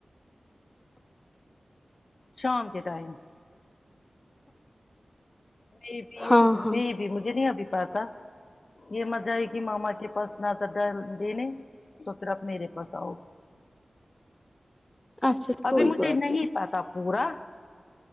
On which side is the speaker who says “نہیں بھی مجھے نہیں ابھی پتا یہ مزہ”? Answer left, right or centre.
Left